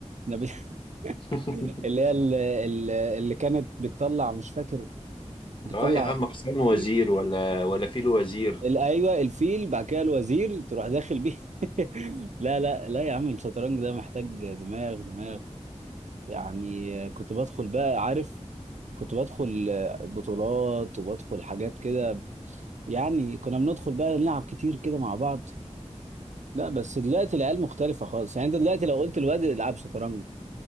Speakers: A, on the right; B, on the left.
A: أنا ب...
B: <laughs>
A: <laughs> اللي هي ال- ال- اللي كانت بتطلع مش فاكر بتطلع
B: اه يا عم حسين
A: الفيل
B: وزير ولا ولا فيل وزير
A: ال- ايوه الفيل بعد كده الوزير تروح داخل بيه <laughs> لا لا لا يا عم الشطرنج ده محتاج دماغ دماغ يعني آه، كنت بدخل بقى عارف كنت بدخل آه، بطولات وبدخل حاجات كده يعني كنا بندخل بقى نلعب كتير كده مع بعض لا بس دلوقتي العيال مختلفة خالص يعني انت دلوقتي لو قلت الواد العب شطرنج